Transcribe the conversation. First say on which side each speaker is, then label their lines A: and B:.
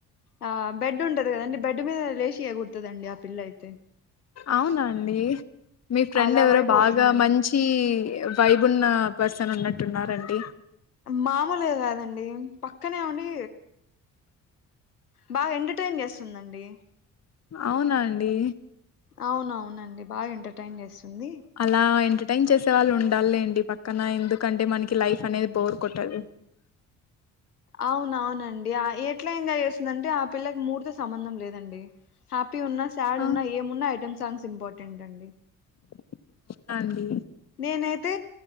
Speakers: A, on the left; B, on the left.
A: ఆ బెడ్ ఉంటది కదండి బెడ్ మీద లేషి ఎగురుతదండి ఆ పిల్ల అయితే
B: అవునాండి మీ ఫ్రెండ్
A: అలా
B: ఎవరో
A: వైబ్
B: బాగా
A: అవుతుందండి
B: మంచి వైబున్న పర్సన్ ఉన్న అంటున్నారండి
A: మామూలే కాదండి పక్కనే ఉండి బాగా ఎంటర్టైన్ చేస్తుందండి
B: అవునా అండి
A: అవునవునండి బాగా ఎంటర్టైన్ చేస్తుంది
B: అలా ఎంటర్టైన్ చేసే వాళ్ళు ఉండాలేండి పక్క కన ఎందుకంటే మనకి లైఫ్ అనేది బోర్ కొట్టదు
A: అవును అవునండి అ ఎట్లా ఎంజాయ్ చేస్తుందంటే ఆ పిల్లకి మూడు తో సంబంధం లేదండి హ్యాపీ ఉన్నా సాడ్
B: అవునా
A: ఉన్నా ఏమున్నా ఐటమ్ సాంగ్స్ ఇంపార్టెంట్ అండి
B: అవునా అండి
A: నేనైతే